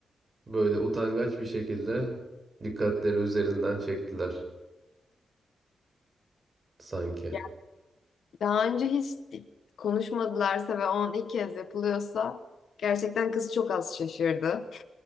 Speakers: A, on the right; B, on the left.
A: böyle utangaç bir şekilde dikkatleri üzerinden çektiler sanki.
B: Yani Daha önce hiç konuşmadılarsa ve on ilk kez yapılıyorsa gerçekten kız çok az şaşırdı.